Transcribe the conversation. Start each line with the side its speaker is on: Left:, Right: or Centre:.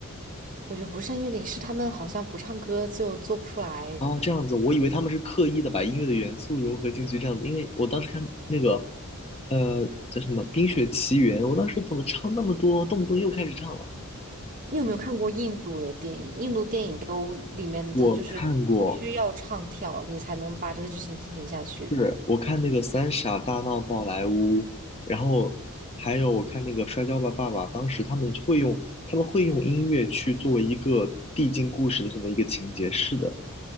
Right: 我觉得不像音乐里是他们好像不唱歌就做不出来
Left: 哦，这样子，我以为他们是刻意的把音乐的元素融合进去，这样子。因为我当时看那个，呃，叫什么《冰雪奇缘》，我当时怎么唱那么多，动不动又开始唱了。
Right: 你有没有看过印度的电影？印度电影都里面的就是必须要唱跳，
Left: 我看过，
Right: 你才能把这个剧情进行下去。
Left: 是我看那个《三傻大闹宝莱坞》，然后还有我看那个《摔跤吧，爸爸》，当时他们会用他们会用音乐去作为一个递进故事的这么一个情节。是的，